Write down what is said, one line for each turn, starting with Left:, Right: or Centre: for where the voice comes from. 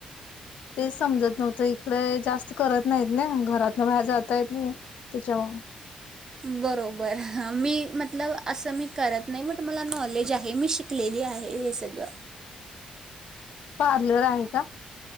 Left: ते समजतं नव्हतं इकडे जास्त करत नाहीत ना घरातन बाहेर जात येत नाही त्यांच्यामुळ
Right: बरोबर मी मतल असं मी करत नाही., बट मला नॉलेज आहे मी शिकलेली आहे हे सगळं.
Left: पार्लर आहे का?